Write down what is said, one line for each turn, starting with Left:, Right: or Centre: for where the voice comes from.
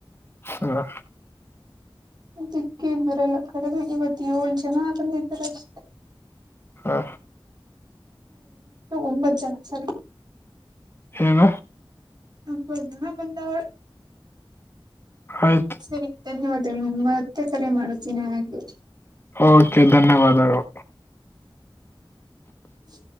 Left: ಹ್ಮ
Right: ದಿಕ್ಕೆ ಬರಲ್ಲ ಕಡೆದು ಇವತ್ ಏಳ್ ಜನ ಬಂದಿದ್ದಾರೆ ಅಷ್ಟೇ.
Left: ಹಾ
Right: ಒಂಬತ್ ಜನ ಸರಿ <unintelligible>
Left: ಹೇಮ
Right: ಹ ನ ಬಂದಾವಳ <unintelligible>
Left: ಆಯ್ತು
Right: ಸರಿ ಧನ್ಯವಾದಗಳು ಮತ್ತೆ ಕರೆ ಮಾಡುತ್ತೀನಿ ಹಾಗೆ
Left: ಓಕೆ ಧನ್ಯವಾದಗಳು.
Right: ಹ್ಮ